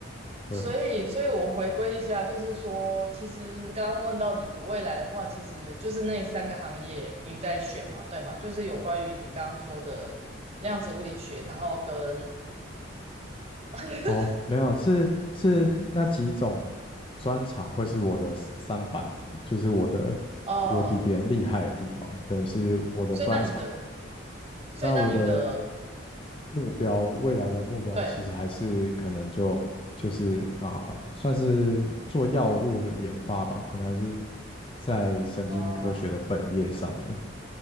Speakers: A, on the left; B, on the right.
A: 对，
B: 所以所以我回归一下，就是说，其实刚刚问到你的未来的话，其实就是那三个行业你在选嘛，对嘛？就是有关于你刚刚说的量子物理学，然后跟 <laughs>
A: 哦，没有，是是那几种专长会是我的 s- 三板斧，就是我的我比别人厉害的地方，
B: 哦，
A: 等于是我的专长。
B: 所以那你的，所以那你的，
A: 那我的目标，未来的目标其实还是可能就就是啊、
B: 对，
A: 算是做药物的研发吧，可能还是在神经科学的本业上面。
B: 哦，